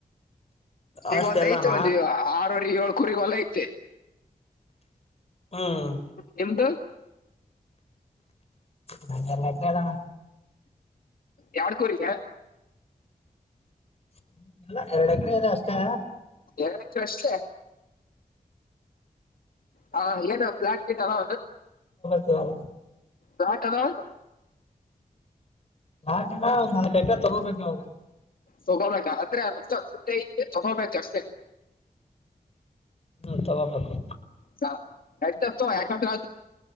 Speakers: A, on the left; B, on the left.
A: ಈಗ
B: ಅಷ್ಟೆಲ್ಲಾನ
A: ಒಂದ್ ಐತ ಒಂದು ಆರೂವರಿ ಏಳ್ ಕುರಿಗೊಲೖತೆ.
B: ಹ್ಮ್
A: ನಿಮ್ದ್
B: ನನ್ <unintelligible> ಲ್ಲಣ
A: ಯಾರ್ಡ್ ಕುರಿಗೆ.
B: <inaudible> ಇಲ್ಲ ಎರಡೆಕರೆ ಇದೆ ಅಷ್ಟೇ.
A: ಎರಡಕ್ರೇ ಅಷ್ಟೇ ಹಾ ಏನ ಫ್ಲಾಟ್ ಗೀಟೆಲ್ಲ
B: ಹ
A: ಹ ರಾಕದಾವ್
B: ನಾಲ್ಕ ನಾಲ್ಕು ಎಕ ತಗೋಬೇಕ ಅವಾಗ.
A: ತೋಗಬೇಕು <unintelligible> ತೋಗಬೇಕು ಅಷ್ಟೇ.
B: ಹ್ಮ್ ತಗೋಬೇಕು
A: ತ ಎಕ <unintelligible>